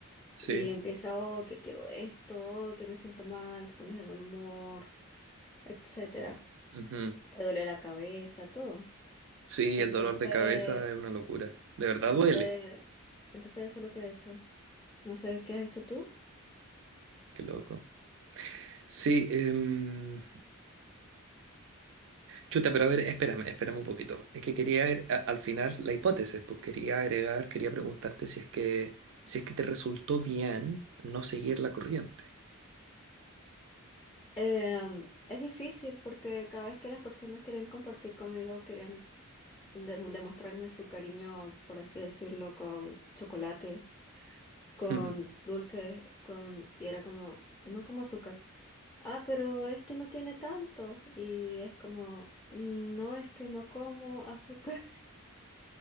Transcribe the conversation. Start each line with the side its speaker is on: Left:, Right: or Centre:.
Right: sí.
Left: Y empieza, oh, que quiero esto, que me siento mal, te pones de mal humor, etcétera.
Right: Ujú.
Left: Te duele la cabeza, todo.
Right: Sí,
Left: Entonces,
Right: el dolor de cabeza es una locura. De verdad
Left: entonces,
Right: duele.
Left: entonces eso es lo que he hecho. No sé qué has hecho tú.
Right: Qué loco. Sí, em, Chuta, pero a ver, espérame, espérame un poquito. Es que quería agre- a- al final la hipótesis, pues quería agregar, quería preguntarte si es que, si es que te resultó bien no seguir la corriente.
Left: Em, es difícil porque cada vez que las personas querían compartir conmigo, querían de- demostrarme su cariño, por así decirlo, con chocolate, con
Right: <laughs>
Left: dulces, con... y era como, no como azúcar. Ah, pero este no tiene tanto. Y es como, "Mm, no es que no como azúcar. <laughs>